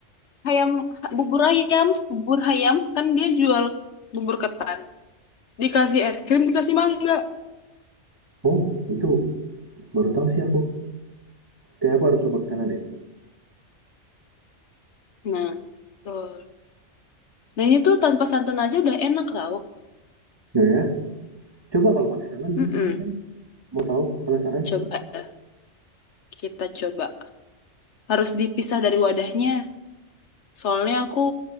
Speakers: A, on the left; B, on the right.
A: ayam, bubur ayam, bubur ayam kan dia jual bubur ketan. Dikasih es krim, dikasih mangga.
B: Oh itu baru tahu sih aku. Kayak aku harus coba ke sana deh.
A: Nah, betul. Nah ini tuh tanpa santan aja udah enak tau.
B: Ya ya. Coba kalau pakai santan gimana
A: Mm-mm.
B: rasanya? Mau tahu? Penasaran?
A: Coba ya, kita coba. harus dipisah dari wadahnya. Soalnya aku